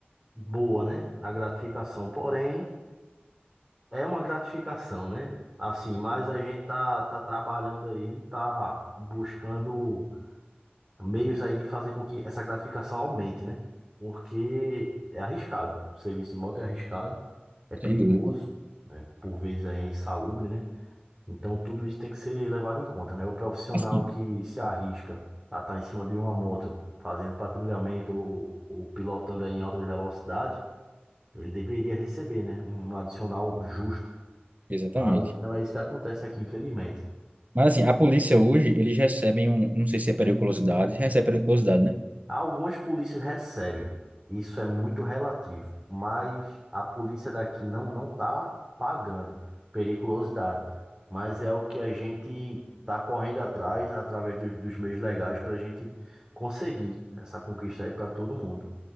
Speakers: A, on the right (about 20°); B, on the right (about 40°).
A: boa, né? A gratificação, porém... É uma gratificação, né? Assim, mas a gente tá, tá trabalhando aí, tá buscando meios aí de fazer com que essa gratificação aumente, né? Porque é arriscado. O Serviço de moto é arriscado, é perigoso,
B: sem dúvida.
A: né? Por vezes é insalubre, né? Então tudo isso tem que ser levado em conta, né? O profissional
B: Assim,
A: que se arrisca a estar em cima de uma moto fazendo patrulhamento ou, ou pilotando aí em alta velocidade, ele deveria receber, né? Um adicional justo
B: exatamente.
A: mas não é isso que acontece aqui, infelizmente.
B: Mas assim, a polícia hoje, eles recebem um, não sei se é periculosidade, recebe periculosidade, né?
A: Algumas polícias recebem, isso é muito relativo, mas a polícia daqui não não tá pagando periculosidade, mas é o que a gente tá correndo atrás através dos, dos meios legais para a gente conseguir essa conquista aí para todo mundo,